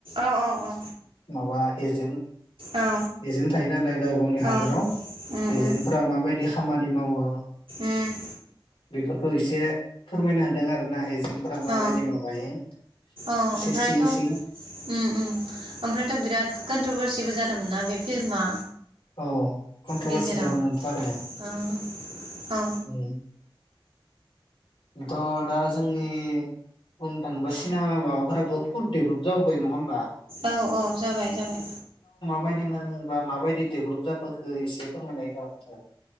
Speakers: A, on the right (about 80°); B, on the left (about 85°).
A: औ औ औ
B: माबा एजेम्ट
A: औ
B: बेजोंनो थायो नालाय गाव गावनि हादोराव
A: उम
B: एजेन्टफोरा
A: उम
B: माबायदि खामानि मावो
A: उम
B: बेफोरखौ एसे फोरमायना होदों आर ना एजेन्टफोरा माबायदि
A: औ
B: माबायो
A: ओमफ्रायथ'
B: इसे सिं सिं
A: उम उम ओमफ्रायथ बिराद कन्ट्रभारसिबो जादोंमोन ना बे फिल्मा
B: औ कन्ट्रभारसि
A: गेजेराव
B: जादोंमोनथ आरो
A: औ औ
B: उम थ' दा जोंनि बुंनो थाङोबा सिनेमा माबाफोराबो बुत डेभलप जाबोबाय नङा होमबा
A: औ अ जाबाय जाबाय
B: बायदि मोनबा माबायदि डेभलप जाबोखो एसे फोरमायनाय हायो नामा ओ